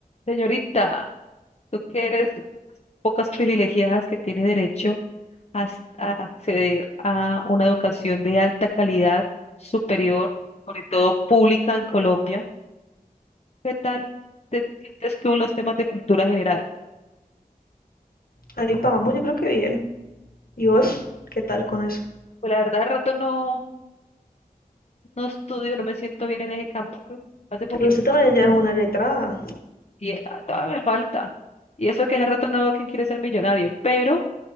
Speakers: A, on the left; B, on the left.
A: Señorita, tú que eres pocas privilegiadas que tiene derecho a, s- a acceder a una educación de alta calidad, superior, sobre todo pública en Colombia, ¿qué tal te sientes tú en los temas de cultura general?
B: Ahí vamos, yo creo que bien. ¿Y vos qué tal con eso?
A: Pues la verdad, al rato no, no estudio, no me siento bien en ese campo que hace poquito.
B: Pero usted también ya es una letrada.
A: Y ah, todavía me falta. Y eso que hace rato no veo quién quiere ser millonario, pero